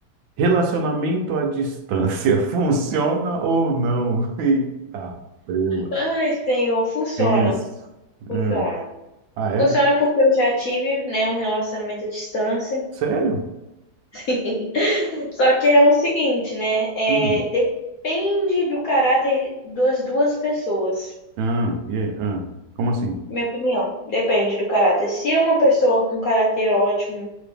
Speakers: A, on the right; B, on the left.
A: Relacionamento à distância, <laughs> funciona ou não? <laughs> Eita, preula.
B: Ai, Senhor, funciona,
A: Tenso.
B: funciona.
A: Hum. Ah, é?
B: Funciona porque eu já tive, né, um relacionamento à distância.
A: Sério?
B: <laughs> Só que é o seguinte, né? É,
A: Hum.
B: depende do caráter das duas pessoas.
A: Ah, e aí? Ah, como assim?
B: Minha opinião, depende do caráter. Se é uma pessoa com caráter ótimo,